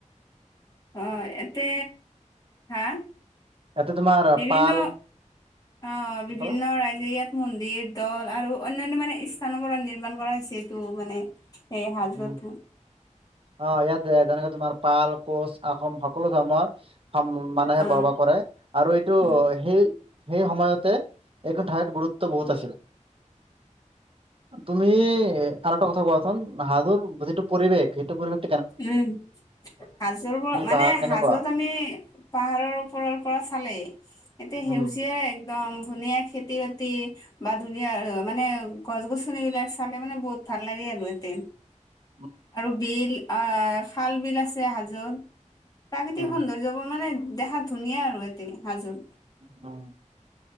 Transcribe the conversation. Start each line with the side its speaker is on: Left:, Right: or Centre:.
Left: অ, এতে হা!
Right: ইয়াতে তোমাৰ
Left: বিভিন্ন,
Right: পাল
Left: অ,
Right: কি
Left: বিভিন্ন
Right: ক'লা?
Left: ৰাইজে ইয়াত মন্দিৰ দল আৰু অন্যান্য মানে স্থানৰ পৰা নিৰ্মাণ কৰা হৈছে এইটো মানে সেই হাজোতো।
Right: উম, অ, ইয়াত যেনেকে তোমাৰ পাল, কোচ, আহোম সকলো ধৰ্মৰ মানুহে
Left: অ',
Right: বস-বাস কৰে আৰু এইটো
Left: উম,
Right: সেই, সেই সময়তে এইটো ঠায়ত গুৰুত্ব বহুত আছে। তুমি আৰু এটা কথা কোৱাচোন, হাজোত যিটো পৰিৱেশ, সেইটো পৰিৱেশ
Left: উম। সাজু মানে
Right: পাহাৰ কেনেকুৱা?
Left: হাজোত আমি পাহাৰৰ ওপৰৰ পৰা চালে এতিয়া
Right: উম,
Left: সেউজীয়া একদম ধুনীয়া খেতি-বাতি বা ধুনীয়া মানে গছ-গছনিবিলাক চালে মানে বহুত ভাল লাগে আৰু ইয়াতে।
Right: উম,
Left: আৰু বিল, আহ, খাল-বিল আছে, হাজোত। প্ৰাকৃতিক
Right: উম,
Left: সৌন্দৰ্য মানে দেখাত ধুনীয়া আৰু এতে হাজো।
Right: অঁ।